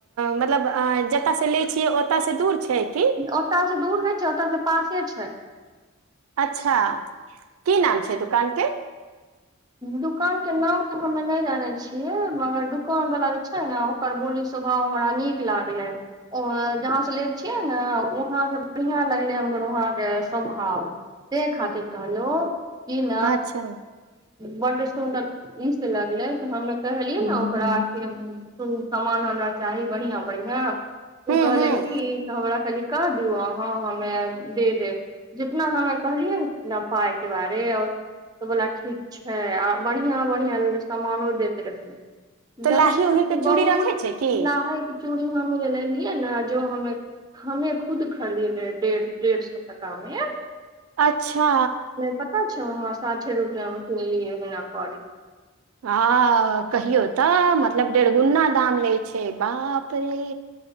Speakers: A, on the right; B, on the right.
A: मतलब जतऽ से ले छियै ओतऽ से दूर छै कि
B: ओतय से दूर नइ छै ओतऽ से पासे छै
A: अच्छा की नाम छै दुकान केँ
B: दुकान के नाम तऽ हमे नइ जानै छियै मगर दुकान वला जे छै नाय ओकर बोली स्वभाव हमरा नीक लागलै ओ जहाँसँ लै छियै ने वहाँके बढ़िआँ लगलै हमर वहाँके स्वभाव से खातिर कहलौं किन
A: अच्छा
B: बड्ड सुन्दर ई से लगले हमे कहलियै ने ओकरा सामान हमरा चाही बढ़ियां बढ़ियां त
A: हूँ
B: कहले
A: हूँ
B: की तऽ हमरा खाली कऽ दि अहाँ हमे दे देब जितना हमे कहलियै होत <unintelligible> ना पाइके बारे और बोला ठीक, खास छै आ बढ़िआँ बढ़िआँ समानो दैत रहै
A: तऽ
B: जानै
A: लाही
B: छै
A: उही के चूड़ी
B: बहुत
A: रखै छै की
B: नहायके चूड़ी हम जे लेलियै ने जो हमे हमे खुद खरीदले है डेढ़ डेढ़ सए टाकामे
A: अच्छा
B: पता छौ हमरा साठे रुपआ मे किनलियै एहिना कर
A: आ कहियो तऽ मतलब डेढ़गुना दाम ले छै बाप रे